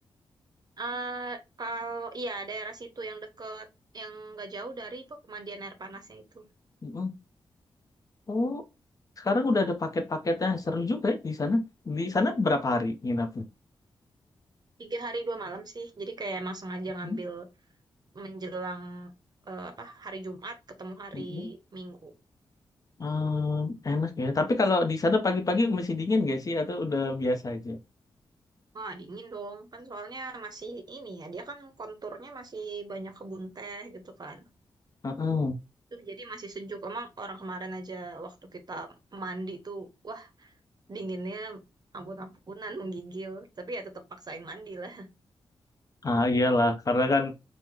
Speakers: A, on the right (about 45°); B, on the left (about 40°).
A: Eh kalau iya daerah situ yang deket yang nggak jauh dari pemandian air panasnya itu
B: Mm-mm. Oh, Sekarang udah ada paket-paketnya seru juga ya di sana. Di sana berapa hari nginapnya?
A: tiga hari dua malam sih jadi kayak emang sengaja ngambil
B: Hmm,
A: menjelang eh, apa hari Jumat ketemu hari
B: hmm.
A: Minggu
B: Ehm, enak ya. Tapi kalau di sana pagi-pagi masih dingin gak sih atau udah biasa aja?
A: Wah, dingin dong. Kan soalnya masih ini ya, dia kan konturnya masih banyak kebun teh gitu kan.
B: Heeh.
A: Tuh, jadi masih sejuk. Emang orang kemarin aja waktu kita mandi tuh, wah dinginnya ampun-ampunan, menggigil. Tapi ya tetap paksain mandi lah.
B: Ah iyalah, karena kan